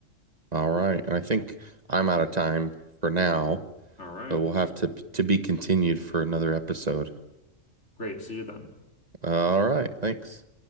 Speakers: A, on the right; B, on the left.
A: All right. And I think I'm out of time for now,
B: All right.
A: so we'll have to to be continued for another episode.
B: Great. See you then.
A: Uh, All right. Thanks.